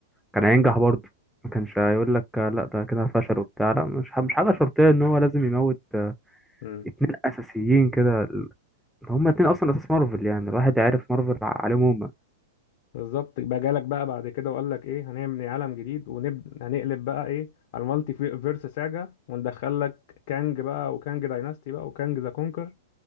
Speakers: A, in the centre; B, on the left.
A: كان هينجح برضه ما كانش هيقول لك اه، لا ده كده فشل وبتاع لا مش ح- مش حاجة شرطية ان هو لازم يموت اه،
B: امم
A: اتنين اساسيين كده ال- هما اتنين اصلا اساس مارفل يعني الواحد عارف مارفل ع- عليهم هما
B: بالظبط بقى جالك بقى بعد كده وقال لك ايه هنعمل عالم جديد ونب... هنقلب بقى ايه على المالتي في- فيرس ساجا وندخل لك كانج بقى وكانج دايناستي بقى وكانج ذا كونكر